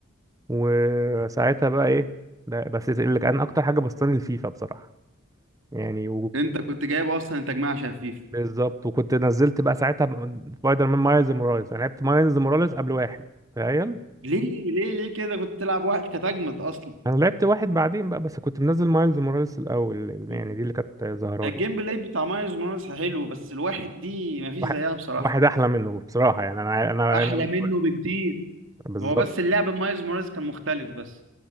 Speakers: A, on the right; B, on the right.
A: وساعتها بقى ايه ده بس اللي كان اكتر حاجه بسطاني الفيفا بصراحه يعني
B: انت كنت جايب اصلا تجميع شفيف
A: بالظبط وكنت نزلت بقى ساعتها ب- سبايدر مان مايلز موراليس انا لعبت مايلز موراليس قبل واحد تخيل
B: ليه ليه ليه كده كنت تلعب واحد كانت اجمد اصلا
A: انا لعبت واحد بعدين بقى بس كنت منزل مايلز موراليس الاول
B: مم.
A: يعني دي اللي كانت ظاهره
B: الجيم
A: لي
B: بلاي بتاع مايلز موراليس حلو بس الواحد دي مفيش
A: واحد
B: زيها بصراحة
A: واحد احلى منه بصراحه يعني انا عا- انا
B: احلى
A: انا بالكل
B: منه بكتير
A: بالظبط
B: هو بس اللعب مايلز موراليس كان مختلف بس